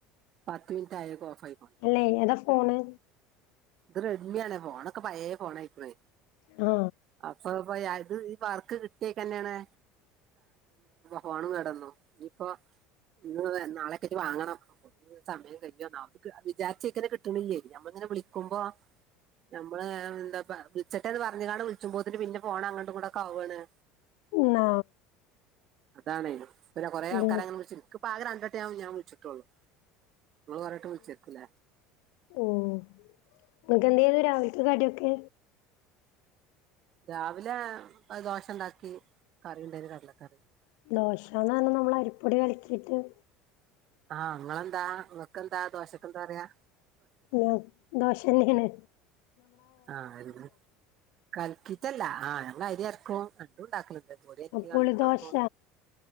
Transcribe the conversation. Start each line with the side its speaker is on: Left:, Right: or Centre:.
Right: പത്ത് മിൻറ്റായാപ്പൊ ഓഫായി
Left: അല്ലെ ഏതാ ഫോണ്
Right: ഇത് റെഡ്മിയാണ് ഫോണൊക്കെ പയേ ഫോണായിക്ക്ണ്
Left: ആ
Right: അപ്പൊ ഇപ്പൊ ഇത് ഈ വർക്ക് കിട്ടിയേക്കെന്നെണ് ഫോണും കേടെന്നു ഇയിപ്പോ ഇന്ന് നാളെ ക്കറ്റ് വാങ്ങണം സമയം കഴിയന്നോക്ക് വിചാരിച്ചേക്കെന്നെ കിട്ടണില്ലെ നമ്മളിങ്ങനെ വിളിക്ക ക്കുമ്പോ നമ്മള് എന്താ വിളിട്ട അത് പറഞ്ഞ കാണ് വിളിച്ചുമ പോതി് പിന്നെ ഫോൺ അങ്ങോട്ടും കൂടെ ഒക്കെ ആവുവാണ്-
Left: ന
Right: അതാണ് പിന്നെ കൊറെ
Left: ഉം
Right: ആൾക്കാര അങ്ങനെ വി ആകെ രണ്ടട്ടെ ഞാൻ വിളിച്ചിട്ടുള്ളൂ നിങ്ങൾ പറഞ്ഞട്ട് വിളിച്ചായിരിക്കുല്ല?
Left: ഓഹ്--‌ ക്കെന്തേിലോ രാവിൽത്തെ കടിയൊക്കെ?
Right: രാവിലെ ദോശ ഉണ്ടാക്കി കറി ഉണ്ടേന് കടലക്കറി.
Left: ദോശാന്ന് പറഞ്ഞൽ നമ്മൾ അരിപ്പൊടി കളിക്കിയിട്ട്-
Right: ആഹ് നിങ്ങെന്താ നിങ്ങക്ക്ന്താ ദോശക്കെന്താ പററയാ?
Left: ഞാൻ ദോശ തന്നെയാണ്.
Right: ആഹ് കലിക്കിട്ടല്ല ആഹ് ഞങ്ങ അരി അരക്കും രണ്ടും ഉണ്ടാക്കലു ണ്ട്. ഒരു <unintelligible>
Left: പുളി
Right: ഉണ്ടാക്കും
Left: ദോശ